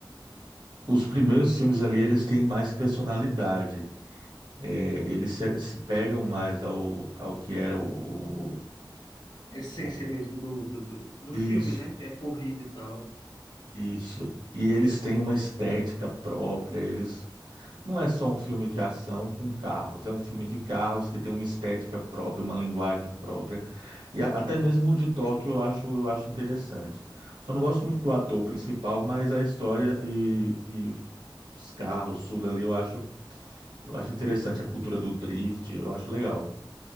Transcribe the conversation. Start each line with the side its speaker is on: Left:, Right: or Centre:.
Right: os primeiros filmes ali eles têm mais personalidade, É, eles se, se pegam mais ao, ao que era o, o-
Left: A essência
Right: o-
Left: mesmo do, do, do, do
Right: isso,
Left: filme, né? Que é corrida e tal.
Right: isso. E eles têm uma estética própria, eles Não é só um filme de ação com carros, é um filme de carros que tem uma estética própria, uma linguagem própria. E a- até mesmo o de Tóquio eu acho, eu acho interessante. Só não gosto
Left: Sim.
Right: muito do ator principal, mas a história e, e os carros, tudo ali, eu acho, eu acho interessante. A cultura do drift, eu acho legal.